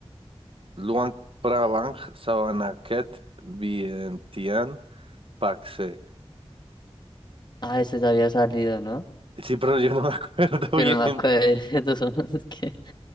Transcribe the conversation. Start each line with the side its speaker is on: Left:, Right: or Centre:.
Right: Luang Prabang, Savanaket, Vientiane, Paxe.
Left: Ah, ese ya había salido, ¿no?
Right: Sí, pero yo no me acuerdo
Left: Yo
Right: bien.
Left: no me acuerdo. <laughs> Estos son- es que